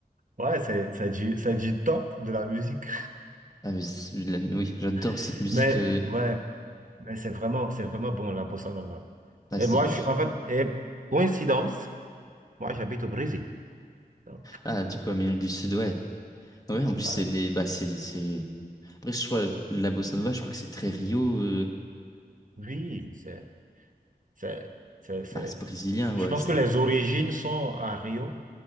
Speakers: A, on the right; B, on the left.
A: ouais, c'est, c'est du, c'est du top de la musique.
B: à- c'est de la- oui, j'adore
A: <laughs>
B: cette musique.
A: Mais
B: euh,
A: ouais, mais c'est vraiment, c'est vraiment bon la bossa nova.
B: ah,
A: Et
B: c'est-
A: moi, je suis, en fait, et coïncidence, moi j'habite au Brésil. Donc,
B: ah, du coup, Amérique du Sud, ouais. Ouais, en plus,
A: ouais,
B: c'est né. Bah, c'est, c'est... Après, je crois, la bossa nova, je crois que c'est très Rio. euh,
A: oui, c'est, c'est, c'est, c'est-
B: bah, c'est brésilien, ouais.
A: Je pense
B: C'est...
A: que les origines sont à Rio